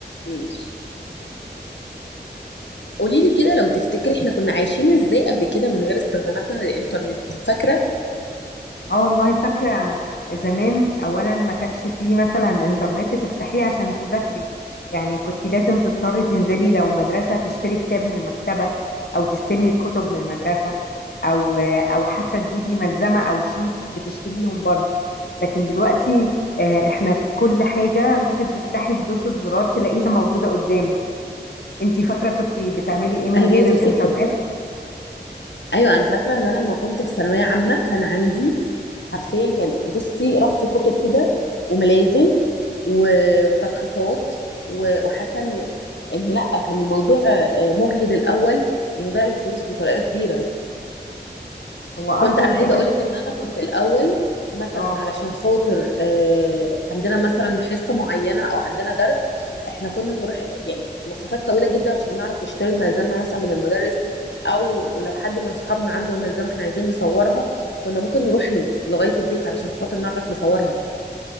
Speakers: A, on the left; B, on the left.
A: ماشي قولي لي كده لو تفتكري احنا كنا عايشين ازاي قبل كده من غير استخداماتنا للإنترنت فاكرة؟
B: اه والله فاكرة زمان اولا ما كانش فيه مثلا انترنت تفتحيه عشان تذاكري يعني كنت لازم تضطري تنزلي لو مدرسة تشتري كتاب من المكتبة او تستلمي الكتب من المدرسة او او حتى تجيبي ملزمة او شيت بتشتريهم برضو لكن دلوقتي آه، احنا كل حاجة ممكن تفتحي بدوسة زرار تلاقيها موجودة قدامك انتي فاكرة كنت بتعملي ايه من
A: ايوه
B: غير
A: هي دي
B: الانترنت
A: الفكره ايوه انا فاكره ان انا لما كنت في ثانويه عامه كان عندي حرفيا كان بصي رف كتب كده وملازم و- وتلخيصات و- وحاسه ان ان لا كان الموضوع آه، مجهد الاول ومضيع الفلوس بطريقه كبيره
B: هو
A: كنت
B: اصلا
A: انا
B: كمان
A: عايزه اقولك ان انا كنت الاول مثلا
B: اه
A: علشان خاطر آه، عندنا مثلا حصه معينه او عندنا درس احنا كنا بنروح يعني مسافات طويله جدا عشان نعرف نشتري الملزمه مثلا من المدرس او ولو حد من صحابنا عنده الملزمه احنا عايزين نصورها كنا ممكن نروح له لغايه البيت علشان خاطر نعرف نصورها